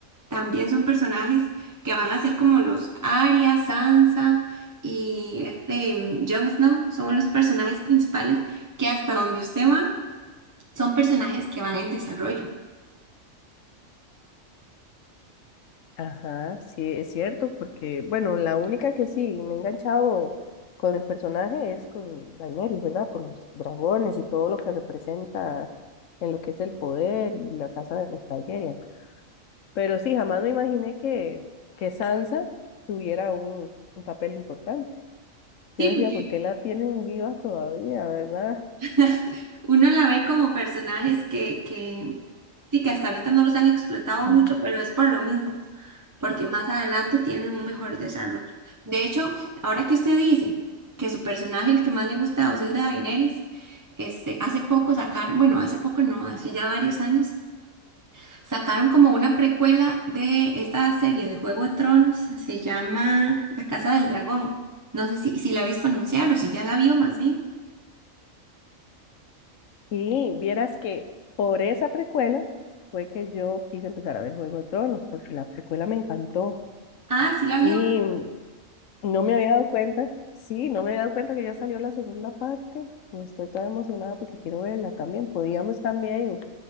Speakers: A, on the right (about 15°); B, on the left (about 70°).
A: también son personajes que van a ser como los Arya, Sansa y este mm, Jon Snow, son los personajes principales que hasta donde usted va son personajes que van en desarrollo.
B: Ajá, sí, es cierto, porque, bueno, la única que sí me he enganchado con el personaje es con Daenerys, ¿verdad? Por los dragones y todo lo que representa en lo que es el poder y la casa de los Targaryen. Pero sí, jamás me imaginé que, que Sansa tuviera un, un papel importante.
A: Sí,
B: Yo decía,
A: porque
B: ¿por qué la tienen viva todavía, verdad?
A: <laughs> uno la ve como personajes que, que sí, que hasta ahorita no los han explotado
B: <clears throat>
A: mucho, pero es por lo mismo, porque más adelante tienen un mejor desarrollo. De hecho, ahora que usted dice que su personaje, el que más le gusta es el de Daenerys, este, hace poco sacaron, bueno, hace poco no, hace ya varios años, sacaron como una precuela de esta serie de Juego de Tronos, se llama La Casa del Dragón. No sé si, si la ha visto anunciar o si ya la vio más bien.
B: Y vieras que por esa precuela fue que yo quise empezar a ver Juego de Tronos, porque la precuela me encantó.
A: Ah, sí la vio.
B: Y No me había dado cuenta, sí, no me había dado cuenta que ya salió la segunda parte. No estoy toda emocionada porque quiero verla también. Podríamos también,